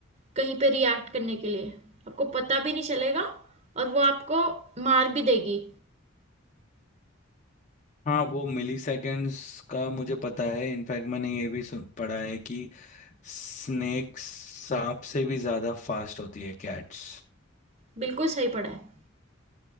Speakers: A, on the right; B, on the left.
A: कहीं पे रिएक्ट करने के लिए आपको पता भी नहीं चलेगा और वो आपको मार भी देगी
B: हाँ वो मिली सेकेंड्स का मुझे पता है इनफैक्ट मैंने ये भी सुन पढ़ा है कि स्नेक सांप से भी ज़्यादा फास्ट होती है कैट्स
A: बिल्कुल सही पढ़ा है